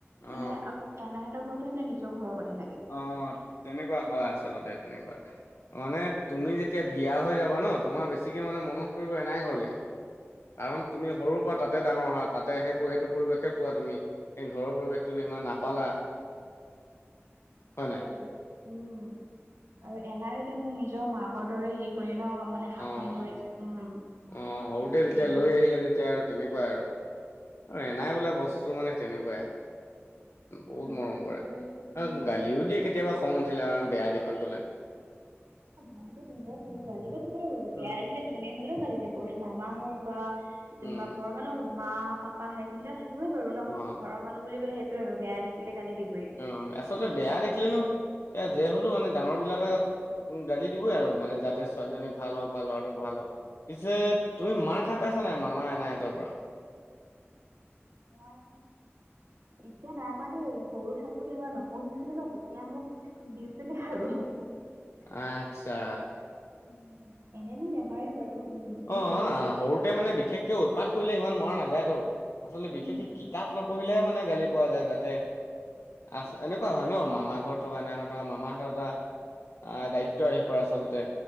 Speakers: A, on the right; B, on the left.
A: মানে
B: অ
A: আৰু এনাইহঁতৰ ঘৰতোহে মানে নিজৰ ঘৰ লগতে লাগে। অ
B: অহ। তেনেকুৱা হয় আচলতে, তেনেকুৱা। মানে তুমি যেতিয়া বিয়া হৈ যাবা ন' তোমাৰ বেছিকে মানে মনত পৰিব এনাই ঘৰলে। কাৰণ তুমি সৰুৰ পৰা তাতে ডাঙৰ হোৱা, তাতে সেই-সেইটো পৰিৱেশে পোৱা তুমি। এই ঘৰৰ পৰিৱেশটো ত' সিমান নাপালা।
A: <unintelligible>
B: হয় নাই
A: উম, আৰু এনাই এতিয়া মোক নিজৰ মাকৰ দৰে হেৰি কৰে ন' মানে শাসন
B: অহ।
A: কৰে উম
B: অহ, সৰুতে
A: সেইটোৱে
B: তেতিয়া
A: আৰু
B: লৈ আহিলে তেতিয়া এতিয়া আৰু তেনেকুৱাই আৰু। আৰু এনাই
A: উম
B: বোলা বস্তুটো মানে তেনেকুৱাই। বহুত
A: মৰমো
B: মৰম কৰে।
A: উম
B: <unintelligible> গালিও দিয়ে কেতিয়াবা খং উঠিলে আৰু বেয়া দিশত গ'লে।
A: গালিটো দিবই, গালিব বা তোমাৰ
B: উম,
A: বেয়া ৰাখিলে যোনে হ'লেও গালি দিব সেইটো মামা হওঁক বা
B: উম,
A: যেনিবা ঘৰৰ মানুহ মা-পাপা সেইখিনিতে থাকিবই বাৰু ন'।
B: অ',
A: ঘৰৰ মানুহ বুলি ক'লে সেইটোৱেই আৰু বেয়া দেখিলে গালি দিবয়েই।
B: উম, আচলতে বেয়া দেখিলে নো, এ যে হ'লেও মানে ডাঙৰবিলাকে গালি দিবই আৰু মানে যাতে ছোৱালীজনী ভাল হওঁক বা ল'ৰাটো ভাল হওঁক। পিছে তুমি মাৰ খাই পাইছানে নাই, মামা এনহাঁতৰ পৰা?
A: মই এতিয়া নাইপাৱা দেই, সৰু থাকোতে এবাৰ নপঢ়িছিলো ন' তেতিয়া মোক দিছিলে আৰু।
B: আচ্ছা।
A: উম, এনেই মোক নেমাৰে বাৰু উম। কিন্তু
B: অহ, সৰুতে মানে বিশেষকে উৎপাত কৰিলে সিমান মৰা নাযায় তো, আচলতে
A: উম
B: বিশেষকে কিতাপ নপ নপঢ়িলেহে মানে গালি পোৱা যায় যাতে এনেকুৱা হয় ন' মামাৰ ঘৰত থকা এনাইহঁতৰ মামাহঁত এটা। অহ, দায়িত্ব আহি পৰে আচলতে